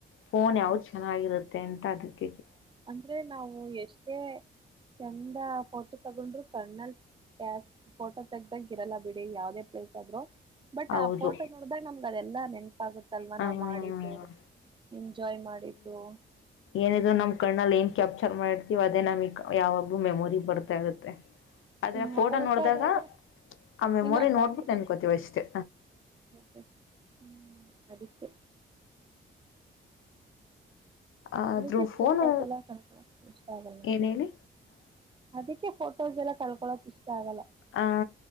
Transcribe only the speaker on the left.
ಫೋನ್ ಯಾವ್ದು ಚೆನ್ನಾಗಿರುತ್ತೆ ಅಂತ ಅದುಕ್
ಹೌದು
ಹ
ಏನಿದ್ರು ನಮ್ ಕಣ್ಣಲ್ಲಿ ಏನ್ ಕ್ಯಾಪ್ಚರ್ ಮಾಡಿರ್ತೀವೋ ಅದೇ ನಮಿಗ್ ಯಾವಾಗ್ಲೂ ಮೆಮೊರಿ ಬರ್ತಾ ಇರುತ್ತೆ. ಆದರೆ
ಫೋಟೋ
ನೋಡಿದಾಗ ಆ ಮೆಮೊರಿ
ನೋಡ್ಬಿಟ್ಟು
ನೆನ್ಕೋತೀವಿ
ಅಷ್ಟೇ
ಆದರೂ
ಫೋನು
ಏನು ಹೇಳಿ
ಆ